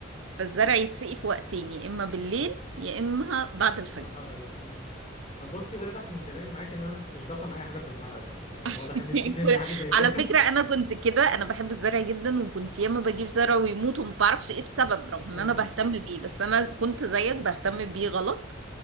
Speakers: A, on the right; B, on the left.
A: فالزرع
B: طب
A: يتسقي في وقتين يا اما بالليل يا اما بعد
B: الصبح
A: الفجر
B: بدري امم طب بصي واضح من كلامي معاك ان انا مش بفهم اي حاجه في الزرع طبعا يعني
A: <laughs>
B: واضح ان انت فهمت
A: كل-
B: حاجه زي كده
A: على فكرة
B: <laughs>
A: انا كنت كده انا بحب الزرع جدا وكنت ياما بجيب زرع ويموت وما بعرفش ايه السبب رغم
B: امم
A: ان انا بهتم بيه بس انا كنت زيك بهتم بيه غلط